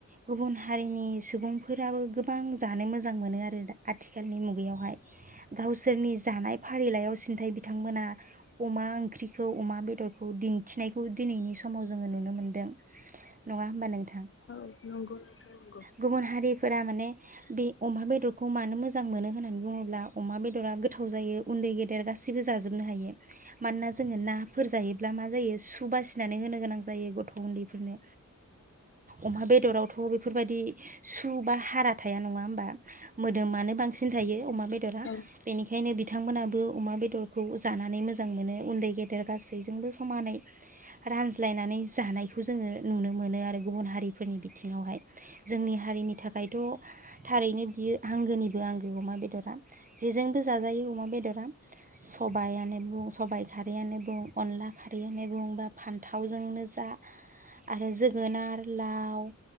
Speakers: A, on the right; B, on the left.
A: गुबुन हारिनि सुबुंफोराबो गोबां जानो मोजां मोनो आरो दा आथिखालनि मुगायावहाय गावसोरनि जानाय फारिलाइयाव सिन्थाय बिथांमोना अमा ओंख्रिखौ अमा बेदरखौ दिन्थिनायखौ दिनैनि समाव जोङो नुनो मोन्दों नङा होमबा नों
B: औ नंगौ नोंथां नंगौ
A: गुबुन हारिफोरा माने बे अमा बेदरखौ मानो मोजां मोनो होननानै बुङोब्ला अमा बेदरा गोथाव जायो उन्दै गे देर गासैबो जाजोबनो हायो मानोना जोङो नाफोर जायोब्ला मा जायो सुब बासिनानै होनो गोनां जायो गथ' उन्दैफोरनो अमा बेदरावथ' बेफोरबायदि सु बा हारा थाया नङा होमबा मोदोमानो बांसिन थायो अमा बेदरा
B: नंगौ नोंथां नंगौ
A: बेनिखायनो बिथांमोनाबो अमा बेदरखौ जानानै मोजां मोनो उन्दै गेदेर गासैजोंबो समानै रानज्लायनानै जानायखौ जोङो नुनो मोनो आरो गुबुन हारिफोरनि बिथिङावहाय जोंनि हारिनि थाखायथ' थारैनो बियो आंगोनिबो आंगो अमा बेदरा जेजोंबो जाजायो अमा बेदरा सबायानो बुं सबायाइ खारैयानो बुं अनला खारैयानो बुं बा फान्थावजोंनो जा आरो जोगोनार लाव